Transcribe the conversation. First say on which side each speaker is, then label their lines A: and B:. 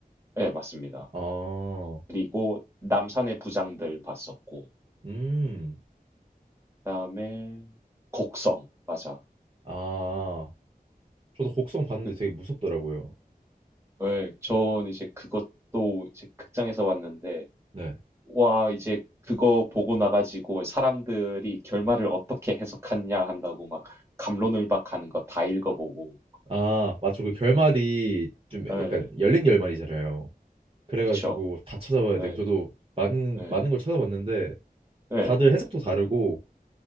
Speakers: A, on the right; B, on the right.
A: 예 맞습니다.
B: 아,
A: 그리고 남산의 부장들 봤었고
B: 음,
A: 그다음에 곡성 맞아.
B: 아, 저도 곡성 봤는데
A: 그
B: 되게 무섭더라고요.
A: 예. 예. 전 이제 그것도 이제 극장에서 봤는데
B: 네.
A: 와, 이제 그거 보고 나가지고 사람들이 결말을 어떻게 해석하냐 한다고 막 감론을박하는 거 다 읽어보고.
B: 아, 맞죠. 그 결말이
A: 음.
B: 좀
A: 예,
B: 약간 열린 결말이잖아요. 그래가지고
A: 그쵸.
B: 다 찾아봐야
A: 예,
B: 되고 저도 많은
A: 예,
B: 많은 걸 찾아봤는데
A: 예.
B: 다들 해석도 다르고